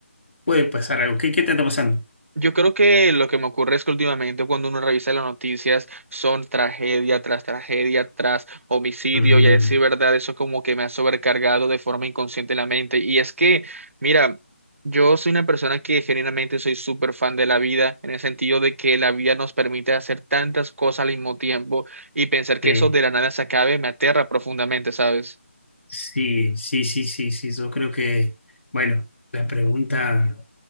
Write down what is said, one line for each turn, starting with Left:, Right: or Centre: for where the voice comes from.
Left: puede pasar algo. ¿Qué, qué te está pasando?
Right: Yo creo que lo que me ocurre es que últimamente cuando uno revisa las noticias son tragedia tras tragedia tras homicidio
Left: Ujú,
Right: y a decir verdad, eso como que me ha sobrecargado de forma inconsciente la mente. Y es que, mira, yo soy una persona que genuinamente soy súper fan de la vida en el sentido de que la vida nos permite hacer tantas cosas al mismo tiempo y pensar que
Left: sí.
Right: eso de la nada se acabe me aterra profundamente, ¿sabes?
Left: Sí, sí, sí, sí, sí. Yo creo que, bueno, la pregunta